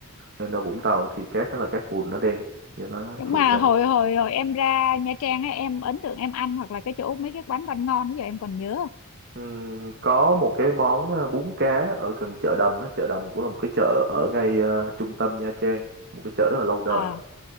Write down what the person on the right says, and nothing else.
nên ở Vũng Tàu thì cát nó là cát bùn nó đen và nó
phù
sa
Ừm, có một cái món ờ, bún cá ở gần chợ Đầm á. chợ Đầm cũng là một cái chợ ở ngay ờ, trung tâm Nha Trang một cái chợ rất là lâu đời